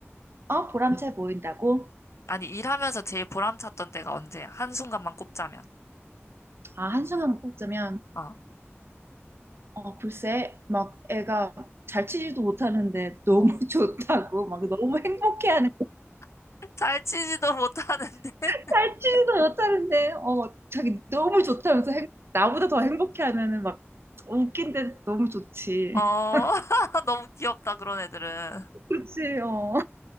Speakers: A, on the right; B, on the left.
A: 어, 보람차 보인다고?
B: 아니, 일하면서 제일 보람찼던 때가 언제야? 한순간만 꼽자면.
A: 아, 한순간 뽑자면
B: 어.
A: 어, 글쎄 막 애가 잘 치지도 못하는데 너무
B: 어.
A: <laughs> 좋다고 막 너무 행복해하는 거야.
B: <laughs> 잘 치지도 못하는데. <laughs>
A: 잘 치지도 못하는데 어 자기 너무 좋다면서 행, 나보다 더 행복해하면은 막 웃긴데 너무 좋지.
B: 어,
A: <laughs>
B: <laughs> 너무 귀엽다, 그런 애들은.
A: 그치, 어.